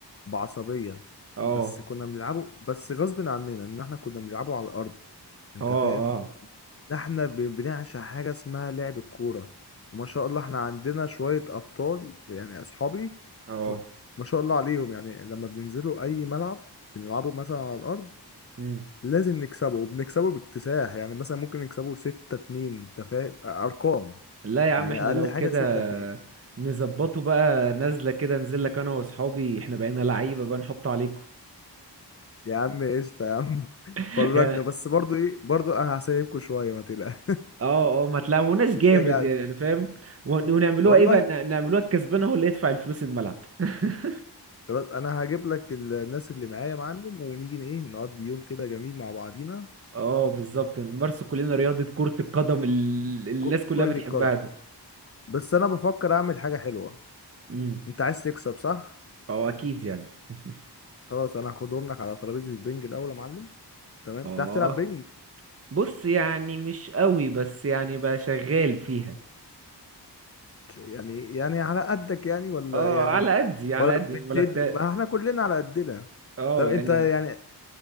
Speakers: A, on the left (about 35°); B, on the right (about 35°).
A: بعصبيه
B: اه
A: بس كنا بنلعبه بس غصب عننا ان احنا كنا بنلعبه على الارض انت
B: اه
A: فاهم
B: اه
A: احنا ب- بنعشق حاجة اسمها لعب الكورة وما شاء الله احنا عندنا شوية أبطال يعني أصحابي
B: اه
A: ما ما شاء الله عليهم يعني لما بننزلوا أي ملعب بنلعبه مثلا على الأرض
B: مم.
A: لازم نكسبه وبنكسبه باكتساح يعني مثلا ممكن نكسبه ستة اتنين أنت فاهم أرقام
B: لا يا عم
A: يعني
B: احنا
A: أقل
B: لو
A: حاجة
B: كده
A: ستة اتنين
B: نظبطه بقى نازله كده انزل لك انا واصحابي احنا بقينا لعيبه بقى نحطه عليكم
A: يا عم قشطة يا عم <laughs>
B: <laughs>
A: فرجنا
B: يعني
A: بس برضو إيه برضو أنا هسيبكوا شوية ما تقلقش
B: اه اه ما تلعبوناش جامد
A: <laughs> مش راجع
B: يعني فاهم ون-
A: والله
B: ونعملوها
A: والله
B: ايه بقى ن- نعملوها الكسبان هو اللي يدفع الفلوس الملعب <laughs>
A: خلاص انا هجيب لك ال- الناس اللي معايا يا معلم ونيجي ن- ايه نقضي يوم كده جميل مع بعضينا
B: اه بالظبط نمارسوا كلنا رياضه كره القدم ال- اللي
A: وكل
B: الناس كلها بتحبها
A: الكرة
B: دي.
A: بس انا بفكر اعمل حاجة حلوة
B: امم
A: انت عايز تكسب صح
B: اه اكيد يعني <laughs>
A: خلاص انا هاخدهم لك على ترابيزة البنج الاول يا معلم تمام
B: اه
A: بتعرف تلعب بنج
B: بص يعني مش قوي بس يعني بقى شغال فيها
A: يعني يعني على قدك يعني ولا
B: اه
A: يعني
B: على قدي على
A: ولا
B: قدي
A: بتدي
B: انا ما لعبتها
A: ما احنا كلنا على قدنا
B: اه
A: طب انت
B: يعني
A: يعني